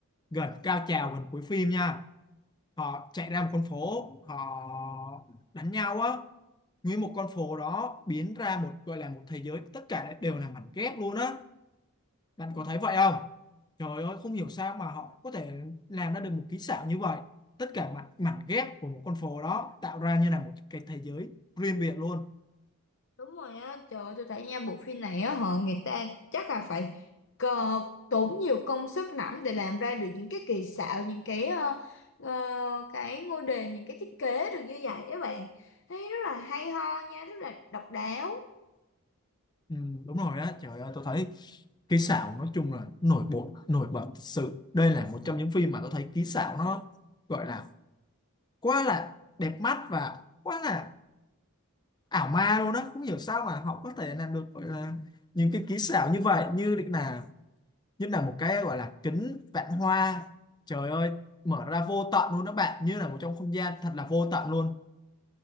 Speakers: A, on the left; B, on the left.
A: gần cao trào gần cuối phim nha họ chạy ra một con phố họ đánh nhau á nguyên một con phố đó biến ra một gọi là một thế giới tất cả lại đều là mảnh ghép luôn á bạn
B: Ừ,
A: có thấy vậy không trời ơi không hiểu sao mà họ có thể làm ra được một kỹ xảo như vậy tất cả mảnh, mảnh ghép của một con phố đó tạo ra như là một cái thế giới riêng biệt luôn
B: Đúng rồi á, trời ơi, tôi thấy nha bộ phim này á họ người ta chắc là phải cờ, tốn nhiều công sức lắm để làm ra được những cái kỳ xạo, những cái ờ, ờ, cái ngôi đền, những cái thiết kế được như vậy các bạn. Thấy rất là hay ho nha, rất là độc đáo.
A: Ừ, đúng rồi á trời ơi tôi thấy kỹ xảo nói chung là nổi bật nổi bật thật sự đây là một trong những phim mà tôi thấy kỹ xảo nó gọi là quá là đẹp mắt và quá là ảo ma luôn đó không hiểu sao mà họ có thể làm được gọi là những cái kỹ xảo như vậy như là như là một cái gọi là kính vạn hoa trời ơi mở ra vô tận luôn đó bạn như là một trong không gian thật là vô tận luôn